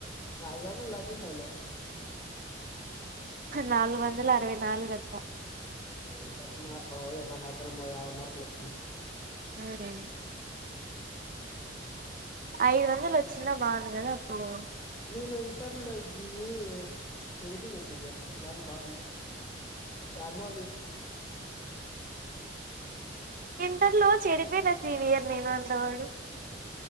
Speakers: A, on the left; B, on the right.
A: ఐదు వందల్ దాటి ఉంటాయిలె
B: నాలుగు వం వందల అరవై నాలుగు అక్క
A: ఆ అంతే నా ఓ నా కన్న ఓ యాభై మార్కులు ఎక్కులే
B: హ్మ్ ఐదు వందలొచ్చిన బావుండు కదా అప్పుడు
A: నేను ఇంటర్లోకి పోయి చెడిపోయిన సీనియర్ కానీ బాగున్నా యడ్నో <unintelligible>
B: ఇంటర్లో చెడిపోయినా సీనియర్ నేను అని <unintelligible>